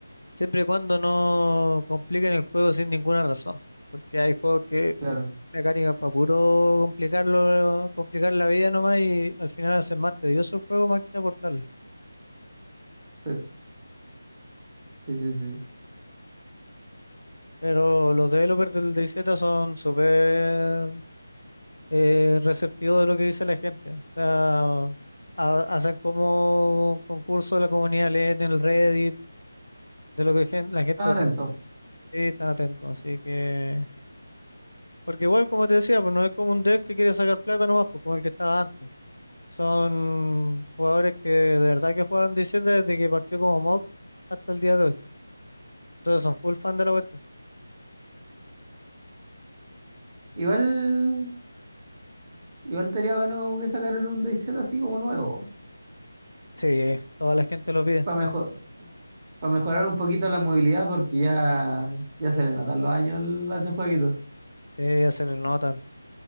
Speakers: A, on the left; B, on the right.
A: siempre y cuando no compliquen el juego sin ninguna razón. Porque hay juegos que
B: Claro.
A: le ponen mecánicas para puro complicarlo, complicar la vida nomás y al final hacen más tedioso el juego más que aportarle.
B: Sí, sí, sí, sí.
A: Pero los developers del DayZ son súper eh, receptivo de lo que dice la gente. O sea, ha- hacen como concurso de la comunidad, leen en el Reddit, de lo que gen- la gente
B: Están atentos.
A: opina, y están atentos. Así que, porque igual, como te decía, pues no es como un dev que quiere sacar plata nomás, pues como el que estaba antes. Son jugadores que de verdad que jugaron 17 desde que partió como mod hasta el día de hoy. Entonces son full fan de la cuestión.
B: Igual. Igual estaría bueno como que sacaran un DayZ así como nuevo,
A: Sí, toda la gente lo pide.
B: para mejor, para mejorar un poquito la movilidad, porque ya, ya se le notan los años al- a ese jueguito.
A: Sí, se les nota.